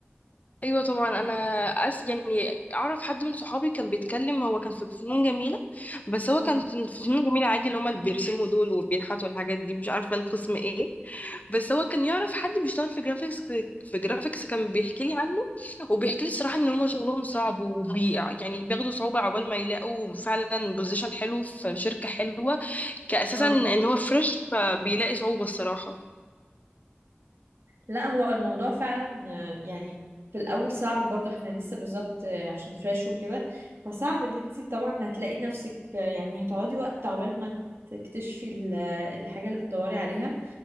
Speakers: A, on the left; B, on the right.
A: ايوه طبعا انا أس يعني اعرف حد من صحابي كان بيتكلم هو كان في فنون جميله بس هو
B: اه
A: كان في فنون جميله عادي اللي هما اللي بيرسموا دول وبينحتوا الحاجات دي مش عارفه القسم ايه بس هو كان يعرف حد بيشتغل في جرافيكس في جرافيكس كان بيحكي لي عنه وبيحكي لي الصراحه ان هم شغلهم صعب وبي يعني بياخدوا صعوبه عقبال ما يلاقوا فعلا بوزيشن حلو في شركه حلوه كاساسا
B: اه
A: ان هو فريش فبيلاقي صعوبه الصراحه
B: لا هو الموضوع فعلا آه، يعني في الاول صعب برضو احنا لسه بالظبط آه، عشان فريش وكده فصعب ان انت طبعا هتلاقي نفسك آه، يعني هتقعدي وقت عقبال ما تكتشفي ال- الحاجة اللي بتدوري عليها